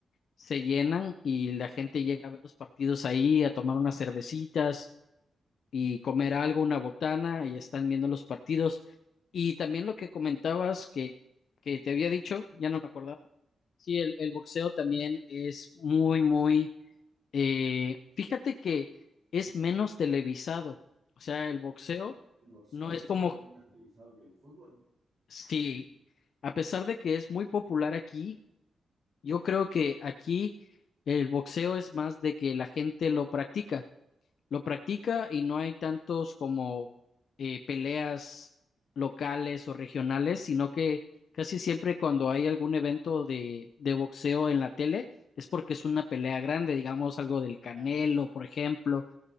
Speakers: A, on the left; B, on the right.
A: se llenan y la gente llega a ver los partidos ahí, a tomar unas cervecitas y comer algo, una botana, y están viendo los partidos. Y también lo que comentabas que, que te había dicho, ya no me acordaba. Sí, el, el boxeo también es muy, muy... eh, fíjate que es menos televisado. O sea, el boxeo
B: ¿El boxeo
A: no
B: decís
A: es como...
B: que es menos televisado que el fútbol?
A: Sí, a pesar de que es muy popular aquí, Yo creo que aquí el boxeo es más de que la gente lo practica, lo practica y no hay tantos como eh, peleas locales o regionales, sino que casi siempre cuando hay algún evento de, de boxeo en la tele es porque es una pelea grande, digamos algo del Canelo,
B: Ah,
A: por ejemplo,